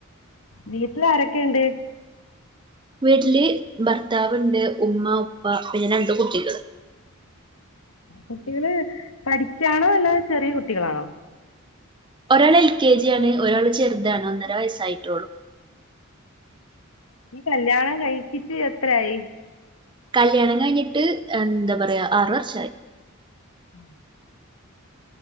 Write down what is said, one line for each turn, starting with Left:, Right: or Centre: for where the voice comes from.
Left: വീട്ടിൽ ആരൊക്കെയുണ്ട്
Right: വീട്ടില് ഭർത്താവുണ്ട് ഉമ്മ ഉപ്പ പിന്നെ രണ്ട് കുട്ടികള്
Left: കുട്ടികള് പഠിക്കാണോ അല്ല ചെറിയ കുട്ടികളാണോ
Right: ഒരാൾ എൽ കെ ജി ആണ് ഒരാള് ചെറുതാണ് ഒന്നര വയസ്സായിട്ടോളു
Left: ഈ കല്യാണം കഴിച്ചിട്ട് എത്രായി
Right: കല്ല്യാണം കഴിഞ്ഞിട്ട് ഏഹ് എന്താ പറയാ ആർ വർഷായി
Left: ആ